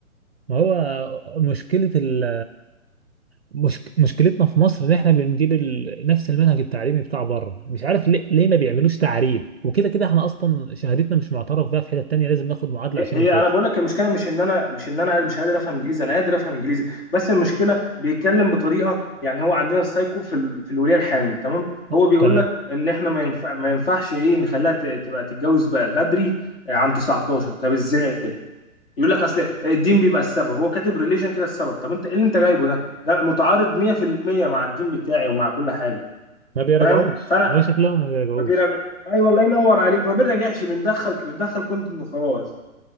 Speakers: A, on the right (about 50°); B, on the left (about 45°).
A: ما هو مشكلة ال مشك... مشكلتنا في مصر ان احنا بنجيب ال... نفس المنهج التعليمي بتاع بره مش عارف ليه, ليه ما بيعملوش تعريب وكده كده احنا اصلا شهادتنا مش معترف بها في حتة تانية لازم ناخد معادلة
B: هي
A: عشان
B: هي
A: نسافر
B: انا بقول لك المشكله مش ان انا مش ان انا مش قادر افهم انجليزي انا قادر افهم انجليزي بس المشكله بيتكلم بطريقه يعني هو عندنا السايكو في ال... في الوليه الحامل تمام
A: آه،
B: هو بيقول
A: تمام
B: لك ان احنا ما ينفع ما ينفعش ايه نخليها ت... تبقى تتجوز بقى بدري آه، عن 19 طب ازاي يقول لك اصل الدين بيبقى السبب هو كاتب ريليشن كده السبب طب انت ايه اللي انت جايبه ده ده متعارض 100% مع الدين بتاعي ومع كل حاجه
A: ما بيراجعوش
B: فاهم فانا
A: هو شكلهم ما بيراجعوش
B: ما بيراجع ايوه الله ينور عليك ما بنراجعش بندخل بندخل كونتنت وخلاص